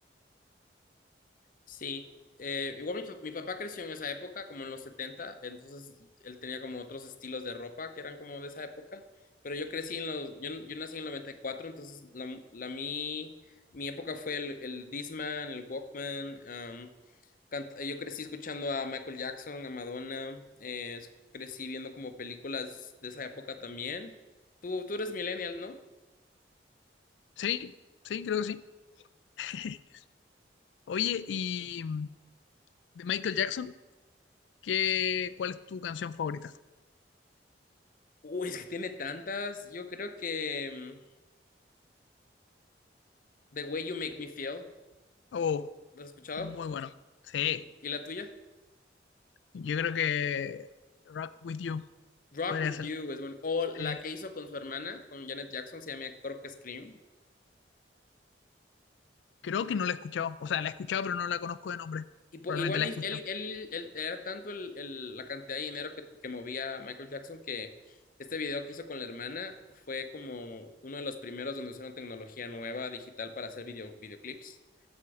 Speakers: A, on the left (about 50°); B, on the left (about 80°).
A: Sí, eh, igual mi, pa- mi papá creció en esa época, como en los 70, entonces él tenía como otros estilos de ropa que eran como de esa época, pero yo crecí en los, yo, yo nací en el 94, entonces la, la mi, mi época fue el, el Discman, el Walkman, um, cant- yo crecí escuchando a Michael Jackson, a Madonna, eh, es- crecí viendo como películas de esa época también. Tú, tú eres millennial, ¿no?
B: Sí, sí, creo que sí. <laughs> Oye, y mm, de Michael Jackson, ¿qué, cuál es tu canción favorita?
A: Uy, es que tiene tantas, yo creo que mm, The Way You Make Me Feel.
B: Oh,
A: ¿Lo has escuchado?
B: muy bueno. Sí,
A: Ujú. ¿Y la tuya?
B: yo creo que Rock With You
A: Rock
B: podría
A: With
B: ser.
A: You es bueno. O la
B: Sí.
A: que hizo con su hermana, con Janet Jackson, se llama creo que Scream.
B: Creo que no la he escuchado. O sea, la he escuchado, pero no la conozco de nombre.
A: Y po-
B: Probablemente
A: igual
B: la
A: hizo-
B: he escuchado.
A: él, él, él- era tanto el- el- la cantidad de dinero que, que movía Michael Jackson que este video que hizo con la hermana fue como uno de los primeros donde usaron tecnología nueva digital para hacer video, videoclips.